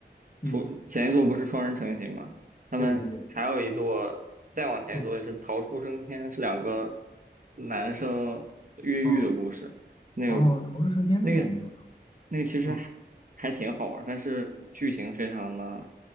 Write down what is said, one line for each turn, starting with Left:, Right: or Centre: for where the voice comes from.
Right: 除前一座不是双人成行吗？
Left: <laughs> 嗯，
Right: 他们还有一座，
Left: 对对对，
Right: 再往前一座就是逃出生天，
Left: 嗯，
Right: 是两个男生越狱的故事。
Left: 哦
Right: 那个、
Left: 哦，逃出升天那个我没有玩，
Right: 那个、那个其实还还挺好玩儿但是剧情非常的
Left: 嗯